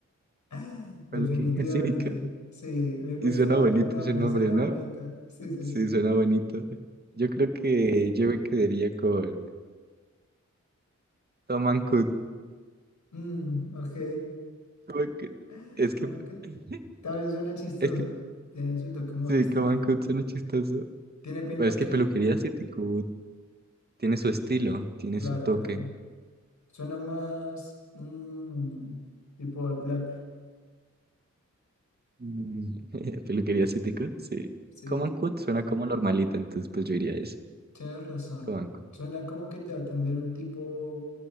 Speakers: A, on the left (about 80°); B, on the right (about 35°).
A: <laughs>
B: <laughs>
A: definitivamente,
B: peluquería que Sirica.
A: sí, me gusta
B: Y suena bonito
A: el nombre,
B: ese nombre,
A: suena
B: ¿no?
A: bonito, sí, sí,
B: Sí,
A: sí.
B: suena bonito. Yo creo que yo me quedaría con Tom and Cut.
A: Mm, ok,
B: Tom and Cut.
A: <laughs>
B: Es
A: Common
B: que.
A: Cut,
B: <laughs>
A: también suena chistoso,
B: Es que.
A: tiene su toque humorístico,
B: Sí, Tom and Cut suena chistoso.
A: tiene pinta
B: Pero es que
A: que,
B: peluquería City Cut tiene su estilo, tiene
A: claro,
B: su toque.
A: claro, suena más, mm, tipo de plata,
B: Mm, <laughs> Peluquería City Cut, sí.
A: sí
B: Common Cut suena como normalita, entonces pues yo iría a eso.
A: Tienes razón.
B: Con-
A: Suena
B: <laughs>
A: como que te va a atender un tipo